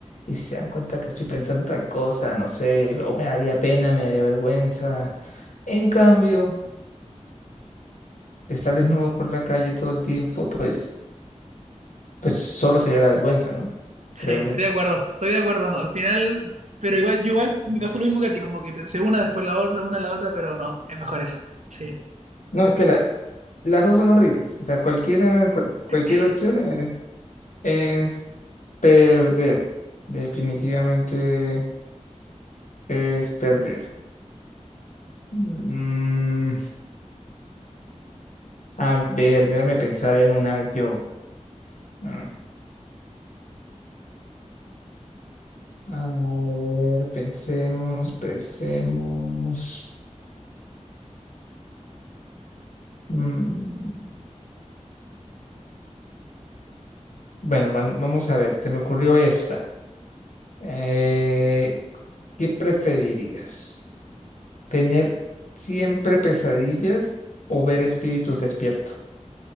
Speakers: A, on the left; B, on the right.
A: Y si se dan cuenta que estoy pensando tal cosa, no sé, o me daría pena, me daría vergüenza. En cambio, estar desnudo por la calle todo el tiempo, pues, pues solo sería la vergüenza, ¿no?
B: sí,
A: Creo
B: estoy
A: yo.
B: de acuerdo, estoy de acuerdo. Al final, pero igual, yo igual me pasó lo mismo que a ti, como que pensé una, después la otra, una, la otra, pero no, es mejor esa. Sí,
A: No, es que la, Las dos son horribles. O sea, cualquiera, cual- cualquier
B: <laughs>
A: opción
B: sí.
A: es, es perder. Definitivamente es perder. Mm, a ver, déjame pensar en una yo. Mm, A ver, pensemos, pensemos. Mm, bueno, va- vamos a ver, se me ocurrió esta. Eh, ¿qué preferirías? ¿Tener siempre pesadillas o ver espíritus despiertos?